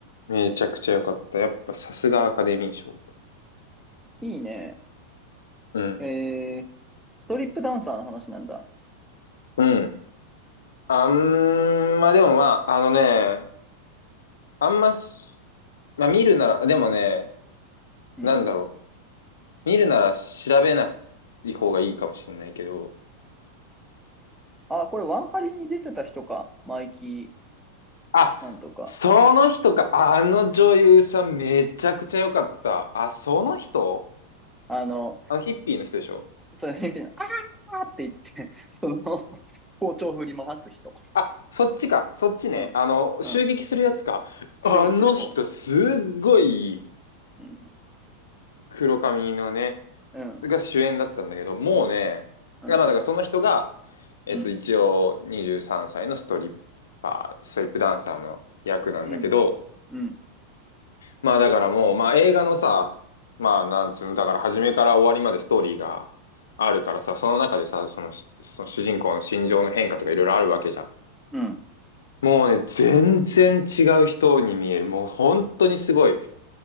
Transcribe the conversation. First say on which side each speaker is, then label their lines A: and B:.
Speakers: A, on the left (about 65°); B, in the centre.
A: めちゃくちゃ良かった。やっぱさすがアカデミー賞。
B: いいね。
A: うん。
B: えー、ストリップダンサーの話なんだ。
A: うん。あんま、でもまあ、あのね、あんまし、まあ見るなら、でもね、
B: うん。
A: なんだろう。見るなら調べない方がいいかもしれないけど、
B: あ、これワンハリに出てた人か。マイキ
A: あ、
B: ー、なんとか。
A: その人か。あの女優さんめちゃくちゃ良かった。あ、その人
B: あの、
A: あのヒッピーの人でしょ
B: そういう変な、あーって言って、<laughs> その、包丁振り回す人。
A: あ、そっちか。そっちね。
B: うん、
A: あの、
B: うん。
A: 襲撃するやつか。あの人、
B: 襲撃する方。
A: すっごい
B: うん、
A: 黒髪のね、
B: うん、
A: が主演だったんだけど、もうね、
B: うん、
A: だからだからその人が、えっと、
B: うん、
A: 一応23歳のストリッパー、ストリップダンサーの役なんだけど、
B: うん、うん、
A: まあだからもう、まあ映画のさ、まあなんつうの、だから初めから終わりまでストーリーがあるからさ、その中でさ、そのし、その主人公の心情の変化とかいろいろあるわけじゃん。
B: うん。
A: もうね、全然違う人に見える。もう本当にすごい。